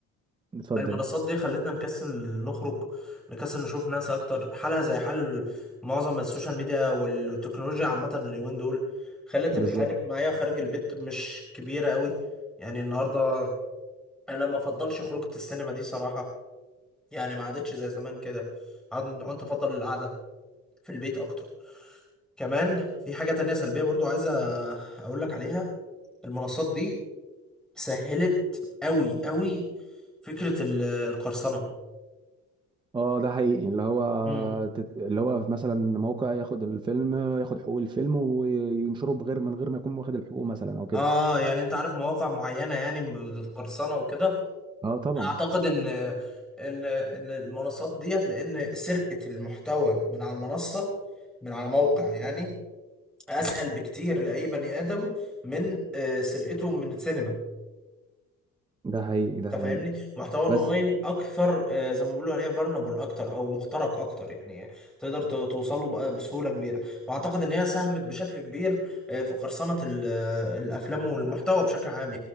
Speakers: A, on the right (about 15°); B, in the centre.
A: اتفضل
B: المنصات دي خلتنا نكسل نخرج نكسل نشوف ناس اكتر حالها زي حال معظم السوشيال ميديا والتكنولوجيا عامة اليومين دول خلت
A: بالظبط
B: الحياة الاجتماعية خارج البيت مش كبيرة قوي يعني النهاردة انا ما افضلش خروجة السينما دي صراحة يعني ما عادتش زي زمان كده عاد- عدت افضل القعدة في البيت اكتر كمان في حاجة تانية سلبية برضو عايزة اقول لك عليها المنصات دي سهلت قوي قوي فكرة ال- القرصنة
A: اه ده حقيقي اللي هو
B: مم.
A: تت... اللي هو مثلا موقع ياخد الفيلم ياخد حقوق الفيلم وينشره بغير من غير ما يكون واخد الحقوق مثلا او كده
B: اه يعني انت عارف مواقع معينة يعني بتقرصنة وكده
A: اه طبعا
B: اعتقد ان ان ان المنصات ديت لان سرقة المحتوى من على المنصة من على موقع يعني اسهل بكتير لاي بني ادم من آه، سرقته من السينما
A: ده حقيقي ده
B: انت فاهمني
A: حقيقي
B: محتوى الاونلاين
A: بس
B: اكثر آه، زي ما بيقولوا عليه فولنربل اكتر او مخترق اكتر يعني تقدر توصل له بسهولة كبيرة واعتقد ان هي ساهمت بشكل كبير آه، في قرصنة ال- آه، الافلام والمحتوى بشكل عام